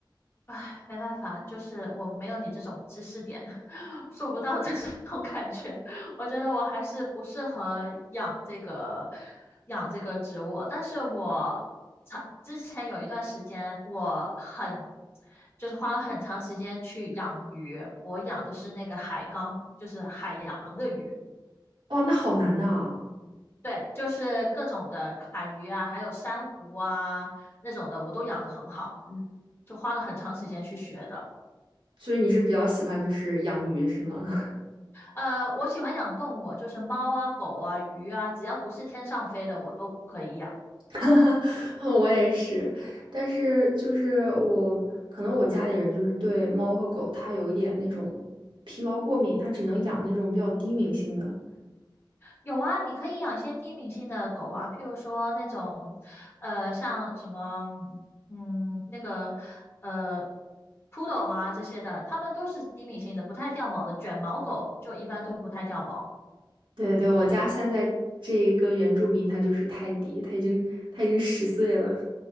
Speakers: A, on the left; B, on the right.
A: 唉，没办法，就是我没有你这种知识点，<laughs> 做不到这种 <laughs> 感觉。我觉得我还是不适合养这个养这个植物。但是我长之前有一段时间，我很就是花了很长时间去养鱼。我养的是那个海缸，就是海洋的鱼。
B: 哇，那好难呐！
A: 对，就是各种的海鱼啊，还有珊瑚啊那种的，我都养得很好。嗯，就花了很长时间去学的。
B: 所以你是比较喜欢就是养鱼是吗？
A: 呃，我喜欢养动物，就是猫啊、狗啊、鱼啊，只要不是天上飞的，我都可以养。
B: <laughs> 我也是，但是就是我可能我家里人就是对猫和狗它有一点那种皮毛过敏，它只能养那种比较低敏性的。
A: 有啊，你可以养一些低敏性的狗啊，譬如说那种，呃，像什么，嗯，那个，呃，poodle 啊这些的，它们都是低敏性的，不太掉毛的。卷毛狗就一般都不太掉毛，
B: 对对，我家现在这一个原住民他就是泰迪，他已经他已经十岁了。